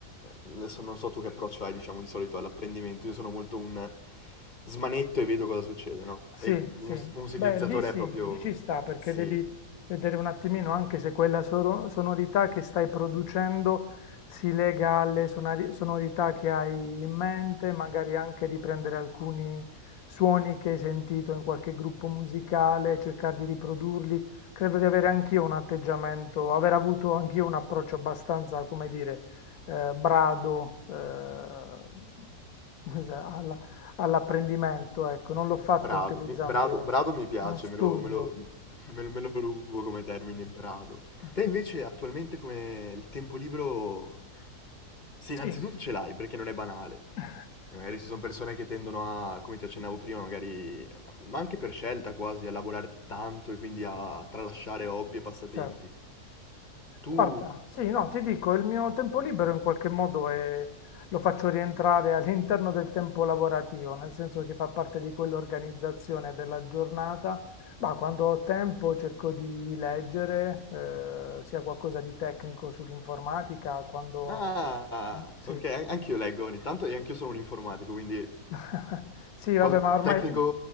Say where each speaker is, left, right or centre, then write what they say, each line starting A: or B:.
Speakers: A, on the left (about 30°); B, on the left (about 65°).
A: eh, adesso non so tu che approccio hai, diciamo, di solito all'apprendimento, io sono molto un smanetto e vedo cosa succede, no?
B: Sì,
A: E
B: sì,
A: un, un sintetizzatore
B: beh, lì sì,
A: è proprio...
B: lì ci sta perché
A: Sì,
B: devi vedere un attimino anche se quella soro- sonorità che stai producendo si lega alle sonari- sonorità che hai in mente, magari anche riprendere alcuni suoni che hai sentito in qualche gruppo musicale, cercare di riprodurli. Credo di avere anch'io un atteggiamento, aver avuto anch'io un approccio abbastanza, come dire, eh, brado, eh, <laughs> alla, all'apprendimento, ecco, non l'ho fatto
A: Brado,
B: utilizzando
A: mi- brado, brado mi piace,
B: uno studio.
A: me lo, me lo- me lo- me lo rubo come termine, brado.
B: <laughs>
A: Te invece attualmente come il tempo libero... Sì,
B: Sì,
A: innanzitutto ce l'hai perché non è banale.
B: <laughs>
A: E Magari ci sono persone che tendono a, come ti accennavo prima, magari, ma anche per scelta quasi, a lavorare tanto e quindi a tralasciare hobby e passatempi.
B: certo.
A: Tu...
B: Guarda, sì, no, ti dico, il mio tempo libero in qualche modo è- lo faccio rientrare all'interno del tempo lavorativo, nel senso che fa parte di quell'organizzazione della giornata. Ma quando ho tempo cerco di, di leggere, eh, sia qualcosa di tecnico sull'informatica, quando...
A: Ah,
B: Sì.
A: ok, an- anch'io leggo ogni tanto e anch'io sono un informatico, quindi
B: <laughs> Sì, vabbè,
A: po-
B: ma ormai
A: tecnico,